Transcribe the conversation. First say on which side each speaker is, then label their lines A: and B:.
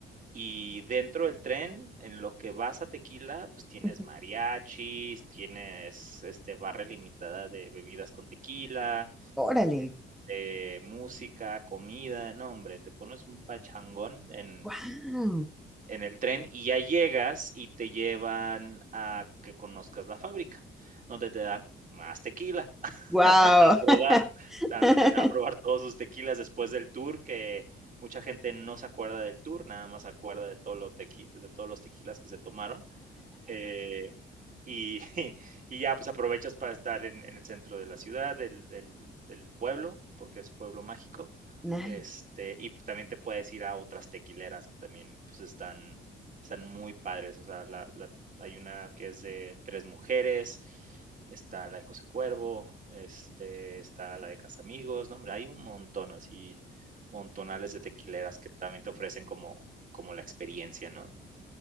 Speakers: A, on the right (about 40°); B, in the centre.
A: y dentro del tren, en lo que vas a Tequila, pues tienes
B: Ujú.
A: mariachis, tienes este, barra limitada de bebidas con tequila,
B: Órale.
A: eh, música, comida, no hombre, te pones un pachangón en,
B: Wow.
A: en el tren y ya llegas y te llevan a que conozcas la fábrica, donde te dan más tequila, <laughs>
B: Wow.
A: a probar,
B: <laughs>
A: a probar todos sus tequilas después del tour, que mucha gente no se acuerda del tour, nada más se acuerda de, todo lo tequi- de todos los tequilas que se tomaron. Eh, y, <laughs> y ya, pues aprovechas para estar en, en el centro de la ciudad, del, del- del pueblo, porque es pueblo mágico.
B: Nice.
A: Este, y también te puedes ir a otras tequileras que también pues están, están muy padres. O sea, la- la- hay una que es de tres mujeres, está la de José Cuervo, este, está la de Casamigos, no, hombre, hay un montón así, montonales de tequileras que también te ofrecen como, como la experiencia, ¿no?